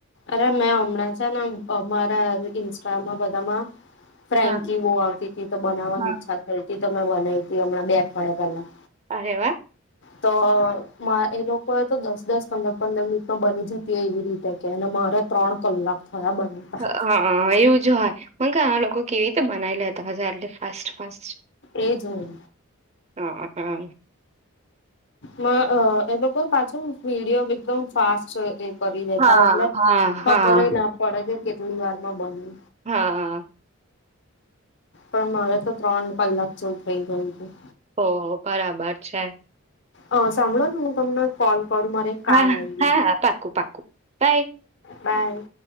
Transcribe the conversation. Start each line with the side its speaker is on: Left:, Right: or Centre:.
Left: અરે મેં હમણાં છે ને અહ અમારા ઇન્સ્ટામાં બધામાં ફ્રેન્કી
Right: હા,
Left: બો આવતી હતી તો બનાવાની
Right: હા.
Left: ઈચ્છા થઈ તી તો મેં બનાઈ થી હમણાં બે અઠવાડિયે પેલા.
Right: અરે વા.
Left: તો માં એ લોકો એ તો દસ દસ પંદર પંદર મિનિટમાં બની જતી એવી રીતે. છે ને મારા ત્રણ કલાક થયા બનાવતા
Right: અહ હા, એવું જ હોય. મન કા આ લોકો કેવી રીતે બનાવી લેતા હશે આટલે ફાસ્ટ ફાસ્ટ.
Left: એજોન.
Right: હા આન.
Left: મ અહ એ લોકો પાછું વિડિયો એકદમ ફાસ્ટ જોવા જઈ કરી દેતા
Right: હા
Left: હોય એટલે
Right: હા
Left: ખબર
Right: હા
Left: ના પડે છે કે કેટલી વાર માં બને.
Right: હા.
Left: પણ મારે તો ત્રણ કલાક જેવું થઈ ગયું. હતું.
Right: ઓહ, બરાબર છે.
Left: અહ સાંભળો હું તમને કોલ કરું મારે એક
Right: હા
Left: કામ આવી ગયું
Right: હા હા પાકું પાકું બાય.
Left: બાય.